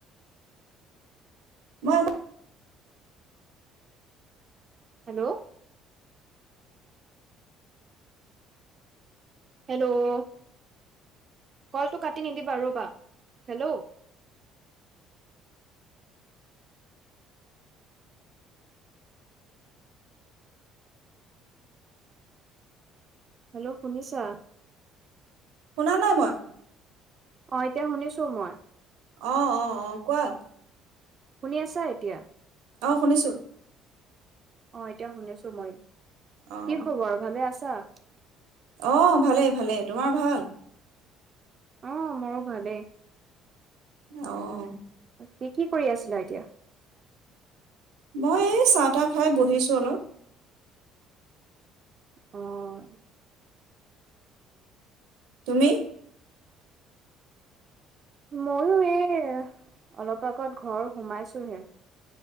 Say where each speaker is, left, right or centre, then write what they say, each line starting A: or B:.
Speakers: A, on the right; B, on the right.
A: ব
B: হেল্ল' হেল্ল' কলটো কাটি নিদিবা ৰ'বা হেল্ল' হেল্ল' শুনিছা?
A: শুনা নাই মই।
B: অ', এতিয়া শুনিছো মই।
A: অ', অ', অ', কোৱা।
B: শুনি আছা এতিয়া?
A: অ', শুনিছো।
B: অ', এতিয়া শুনিছো মই।
A: অ',
B: কি খবৰ? ভালে আছ <unintelligible>
A: অ', ভালেই, ভালেই। তোমাৰ ভাল?
B: অহ, মোৰো ভালেই।
A: অ'।
B: কি, কি কৰি আছিলা এতিয়া?
A: মই এই চাহ, তাহ খাই বহিছোঁ অলপ।
B: অ'।
A: তুমি?
B: ময়ো এই অলপ আগত ঘৰ সোমাইছোহে।